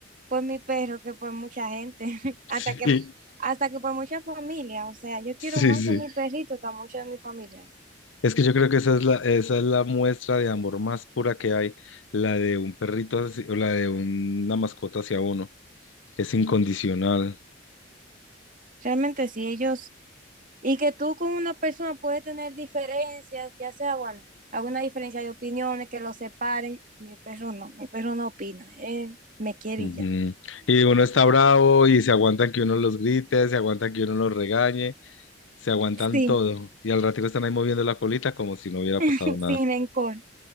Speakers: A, on the right; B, on the left.
A: por mi perro que por mucha gente, <laughs>
B: <laughs>
A: hasta que, hasta que por mucha familia. O sea, yo quiero
B: Sí,
A: más
B: sí, sí.
A: a mi perrito que a muchos de mi familia.
B: Es que yo creo que esa es la, esa es la muestra de amor más pura que hay, la de un perrito hacia- o la de una mascota hacia uno. Es incondicional.
A: Realmente sí, ellos, y que tú con una persona puedes tener diferencias, ya sea, bueno, alguna diferencia de opiniones, que los separen. Mi perro no, mi perro no opina, él me quiere
B: Ujú.
A: y ya.
B: Y uno está bravo y se aguantan que uno los grite, se aguantan que uno los regañe, se aguantan
A: Sí,
B: todo. Y al ratito están ahí moviendo la colita como si no hubiera
A: <laughs>
B: pasado nada.
A: sin
B: <laughs>
A: rencor.